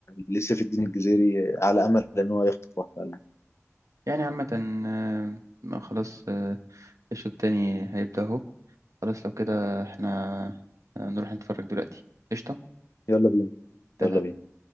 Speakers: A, on the left; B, on the right.
A: لسيف الدين الجزيري على امل ان هو يخطف واحدة
B: يعني عامه آه، ما خلاص آه، الشوط التاني هيبدأ اهو خلاص لو كده احنا آه، نروح نتفرج دلوقتي قشطه
A: يلا بينا
B: اتفقنا
A: يلا بينا